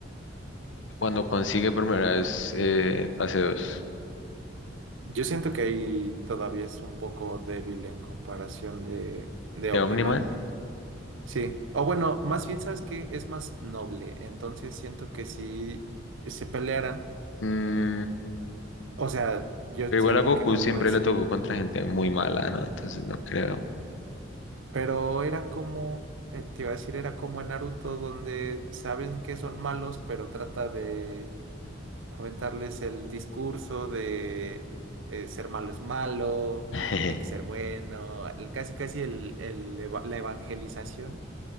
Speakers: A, on the left (about 75°); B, on the right (about 85°).
A: Cuando consigue por primera vez eh, fase 2
B: Yo siento que ahí todavía es un poco débil en comparación de, de
A: de
B: Omniman.
A: Omniman.
B: Sí, o bueno, más bien sabes que es más noble, entonces siento que si se pelearan
A: mm,
B: O sea, yo
A: pero
B: siento
A: igual a Goku
B: que un
A: siempre
B: imán sí.
A: le tocó contra gente muy mala, ¿no? Entonces no creo.
B: Pero era como, eh, te iba a decir, era como en Naruto, donde saben que son malos, pero trata de aventarles el discurso de eh, ser malo es malo,
A: <laughs>
B: hay que ser bueno, el- casi casi el, el eva- la evangelización.